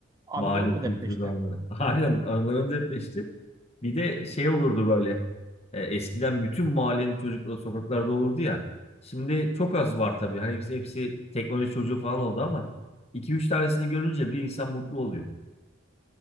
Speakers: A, on the right; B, on the left.
A: Anıların
B: Mahalle
A: mı
B: kültürü
A: depreşti?
B: de onları. <laughs> Aynen anılarım depreşti. Bir de şey olurdu böyle. E, eskiden bütün mahallenin çocukları sokaklarda olurdu ya. Şimdi çok az var tabii. Hani hepsi, hepsi teknoloji çocuğu falan oldu ama iki üç tanesini görünce bir insan mutlu oluyor.